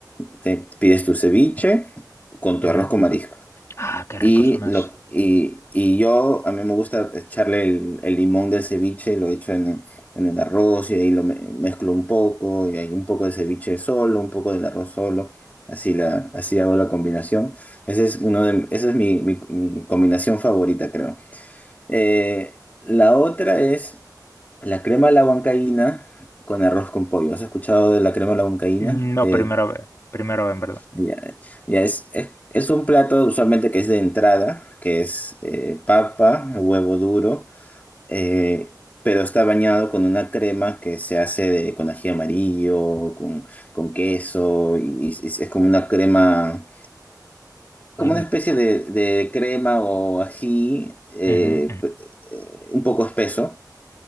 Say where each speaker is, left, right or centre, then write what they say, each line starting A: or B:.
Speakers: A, on the left; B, on the left.
A: te pides tu ceviche con tu
B: ujú.
A: arroz con mariscos.
B: Ah, qué ricos
A: Y,
B: son las...
A: lo, y, y yo, a mí me gusta echarle el, el limón del ceviche, lo echo en el, en el arroz y ahí lo me- mezclo un poco, y hay un poco de ceviche solo, un poco del arroz solo, así, la, así hago la combinación. Ese es uno de, esa es mi, mi- mi combinación favorita, creo. Eh, la otra es la crema a la huancaína con arroz con pollo. ¿Has escuchado de la crema a la huancaína?
B: No,
A: Eh,
B: primera vez. Primera vez, en verdad.
A: ya, ya es, es, es un plato usualmente que es de entrada, que es eh, papa, huevo duro, eh, pero está bañado con una crema que se hace de, con ají amarillo, con, con queso, y, y es es como una crema, como
B: Ay, mi
A: una especie
B: madre.
A: de, de crema o ají eh,
B: Ujú,
A: pe- eh, un poco espeso,